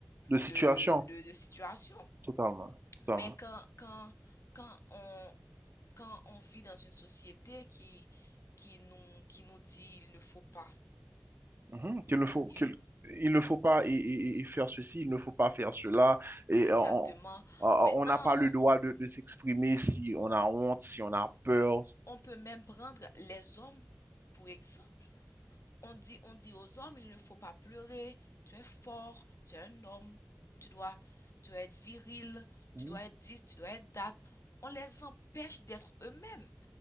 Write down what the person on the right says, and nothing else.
De
situation,
totalement, totalement.
Mhm, Qu'il ne faut,
qu'il, il ne faut pas et, et- et faire ceci, il ne faut pas faire cela. Et
euh, on, euh,
on n'a pas le
droit de, de s'exprimer si on a honte, si on a peur.
Mhm,